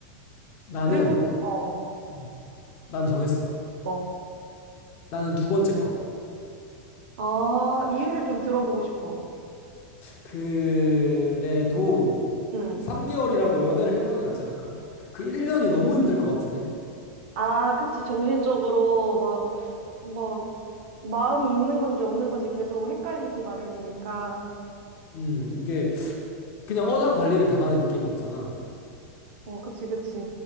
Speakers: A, on the left (about 25°); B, on the right (about 45°).
A: 나는,
B: 그리고, 후- 어, 어,
A: 음, 난 정했어.
B: 뭐.
A: 나는 두 번째 거.
B: 아, 이유를 좀 들어보고 싶어.
A: 그래도
B: 응.
A: 3개월이라도 연애를 해보는 게 낫지 않을까? 그 1년이 너무 힘들 것 같은데?
B: 아, 그치. 정신적으로 막, 뭐, 마음이 있는 건지 없는 건지 계속 헷갈리기 마련이니까.
A: 음, 이게 그냥 어장 관리를 당하는 느낌인 거잖아.
B: 어, 그치, 그치.